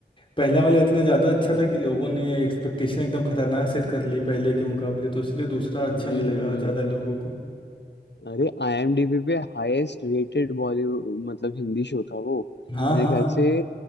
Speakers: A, on the left; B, on the left.
A: पहला वाला इतना ज़्यादा अच्छा
B: हम्म
A: था कि लोगों ने एक्सपेक्टेशन एकदम खतरनाक सेट कर ली पहले के मुकाबले तो इसलिए दूसरा अच्छा
B: हम्म,
A: नहीं लगा
B: हम्म।
A: ज़्यादा लोगों को
B: अरे आईएमडीबी पे हाईएस्ट रेटेड बॉलीवुड मतलब हिंदी शो था वो
A: हाँ
B: मेरे
A: हाँ
B: ख्याल से